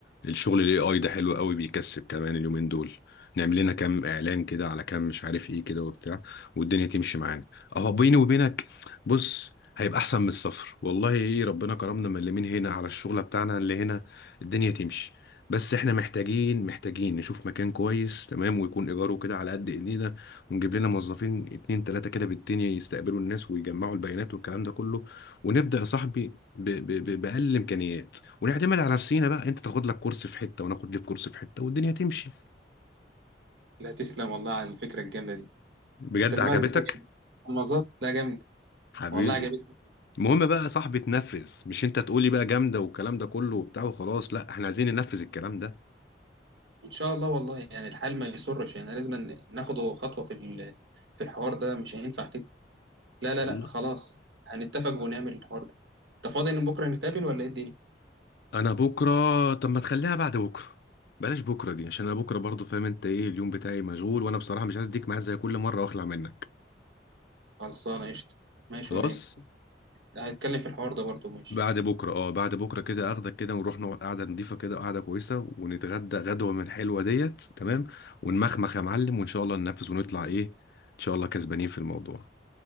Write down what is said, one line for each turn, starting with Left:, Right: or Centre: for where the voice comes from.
Left: الشغل الاي اي ده حلو قوي بيكسب كمان اليومين دول نعمل لنا كام اعلان كده على كام مش عارف ايه كده وبتاع والدنيا تمشي معانا اهو بيني وبينك بص هيبقى احسن من الصفر والله ايه ربنا كرمنا من اللي من هنا على الشغله بتاعنا اللي هنا الدنيا تمشي بس احنا محتاجين محتاجين نشوف مكان كويس تمام ويكون ايجاره كده على قد ايدينا ونجيب لنا موظفين اتنين تلاتة كده بالدنيا يستقبلوا الناس ويجمعوا البيانات والكلام ده كله ونبدأ يا صاحبي ب... ب... ب... باقل الامكانيات ونعتمد على نفسينا بقى انت تاخد لك كورس في حته وناخد لي في كورس في حته والدنيا تمشي
Right: لا تسلم والله على الفكره الجامده دي
Left: بجد
Right: انت دماغك
Left: عجبتك
Right: دي مظبط لا جامد
Left: حبيبي
Right: والله عجبتني
Left: المهم بقى يا صاحبي تنفذ مش انت تقولي بقى جامده والكلام ده كله وبتاع وخلاص لا احنا عايزين ننفذ الكلام ده
Right: ان شاء الله والله يعني الحال ما يسرش يعني لازم ناخده خطوه في ال- في الحوار ده مش هينفع كده لا لا
Left: والله
Right: لا خلاص هنتفق ونعمل الحوار ده انت فاضي ان بكره نتقابل ولا ايه الدنيا
Left: انا بكره طب ما تخليها بعد بكره بلاش بكره دي عشان انا بكره برضو فاهم انت ايه اليوم بتاعي مشغول وانا بصراحه مش عايز اديك معايا زي كل مره واخلع منك
Right: خلصانه قشطه ماشي
Left: خلاص
Right: ولا ايه هنتكلم في الحوار ده برضه ماشي
Left: بعد بكره اه بعد بكره كده اخدك كده ونروح نقعد قعده نضيفه كده قعده كويسه ونتغدى غدوه من حلوه ديت تمام ونمخمخ يا معلم وان شاء الله ننفذ ونطلع ايه ان شاء الله كسبانين في الموضوع